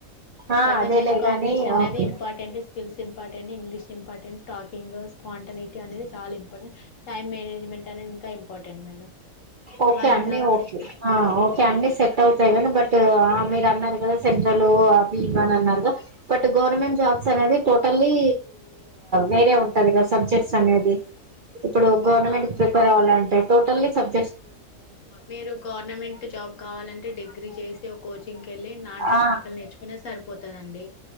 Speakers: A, on the right; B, on the left.
A: ఆ
B: ప్రెజెంట్
A: అదేలే
B: డేస్ కాంపిటీషన్
A: గాని
B: అనేది
A: okay
B: important skills important English important talkings పాంటనీటి అనేది చాలా ఇంపార్టెంట్ టైమ్ మేనేజ్మెంట్ అనేది ఇంకా ఇంపార్టెంట్ మేడం
A: ఓకే
B: అవన్నీ
A: అన్న
B: ఉన్నప్పుడే
A: ఓకే ఓకే అన్నిీ సెట్ అవుతాయి కానీ బట్ ఆ మీద కదా సెంట్రల్ అ ఇవని అన్నారు కా బట్ గవర్నమెంట్ జాబ్స్ అనేది టోటల్లీ వేరే ఉంటది కదా సబ్జెక్ట్స్ అనేది ఇప్పుడు గవర్నమెంట్
B: అవును
A: ప్రిపేర్
B: మేడం
A: అవ్వాలంటే టోటల్లీ సబ్
B: మీరు గవర్నమెంట్ జాబ్ కావాలంటే డిగ్రీ చేసి ఒక కోచింగ్ ళ్ళ నాన్
A: ఆ
B: టెక్నికల్ నేర్చుకునే సరిపోతుందిండి